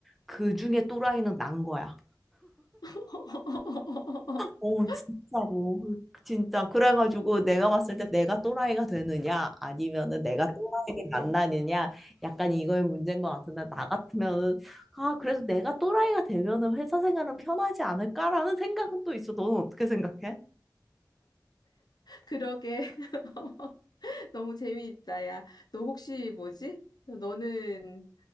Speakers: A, in the centre; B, on the left (about 60°).
A: 그 중에 또라이는 난 거야.
B: <laughs>
A: 오 진짜로. 진짜. 그래가지고 내가 봤을 때 내가 또라이가 되느냐, 아니면은 내가 또라이를 만나느냐, 약간 이거의 문제인 것 같은데, 나 같으면은, 아, 그래서 내가 또라이가 되면은 회사 생활은 편하지 않을까라는 생각은 또 있어. 너는 어떻게 생각해?
B: 그러게. <laughs> 너무 재미있다, 야. 너 혹시 뭐지? 너는,